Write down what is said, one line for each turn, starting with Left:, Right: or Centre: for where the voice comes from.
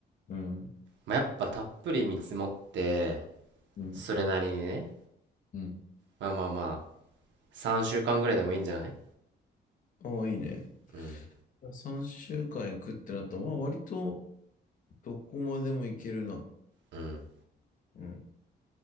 Left: うん、
Right: まあ、やっぱたっぷり見積もって、
Left: うん、
Right: それなりにね、
Left: うん。
Right: まあまあまあ、3週間ぐらいでもいいんじゃない
Left: ああ、いいね。
Right: うん、
Left: 3週間行くってなったら、まあ、割とどこまでも行けるな。
Right: うん。
Left: うん。